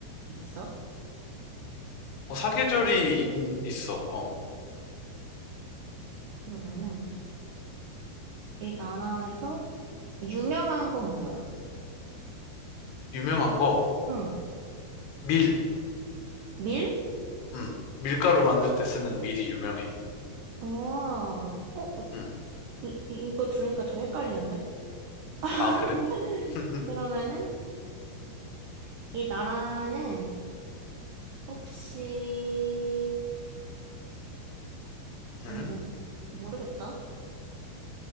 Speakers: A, on the right (about 80°); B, on the left (about 75°).
A: 있어?
B: 어, 사계절이 있, 있어. 어.
A: 그러면은, 이 나라에서 유명한 건 뭐야?
B: 유명한 거
A: 응,
B: 밀.
A: 밀?
B: 음. 밀가루 만들 때 쓰는 밀이 유명해.
A: 어, 어,
B: 음.
A: 이, 이- 이거 들으니까 더 헷갈리는데?
B: 아,
A: <laughs>
B: 그래? <laughs>
A: 그러면은, 이 나라는 혹시,
B: 음.
A: 어, 나 모르겠다.